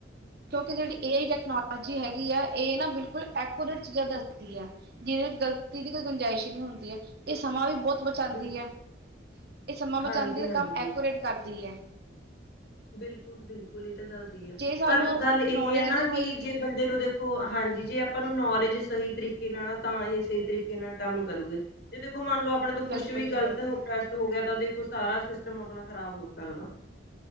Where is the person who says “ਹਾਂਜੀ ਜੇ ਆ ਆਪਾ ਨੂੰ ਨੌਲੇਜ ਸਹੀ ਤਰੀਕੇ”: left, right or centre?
Left